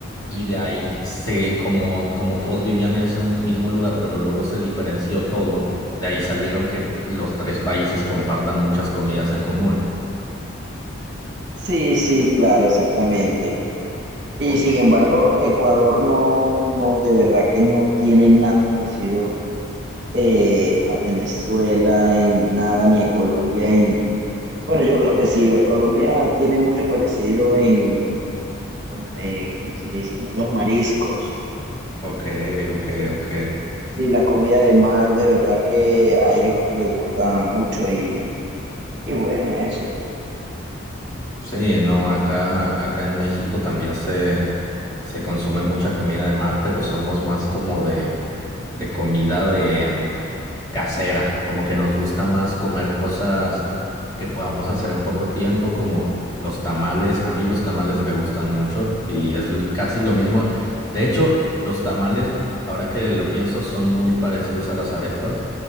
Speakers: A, on the left; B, on the right.
A: y de ahí se, como, como todos vivían en ese mismo lugar, pero luego se diferenció todo, de ahí salieron que los tres países compartan muchas comidas en común.
B: Sí, sí, claro, exactamente. Y
A: Ok,
B: sin embargo, Ecuador no, no, de verdad que no tiene nada parecido eh, a Venezuela en nada, ni a Colombia en... Bueno, yo creo que sí, a Colombia tiene mucho parecido en, com- eh, ¿cómo se le dice? Los mariscos.
A: ok, ok, ok.
B: Sí, la comida de mar, de verdad que a ellos les gusta mucho y, y bueno, eso.
A: Sí, no, acá, acá en México también se, se consume mucha comida de mar, pero somos más como de, de comida de mm, casera, como que nos gusta más comer cosas que podamos hacer en poco tiempo, como los tamales. A mí los tamales me gustan mucho y es l- casi lo mismo. De hecho, los tamales, ahora que lo pienso, son muy parecidos a las arepas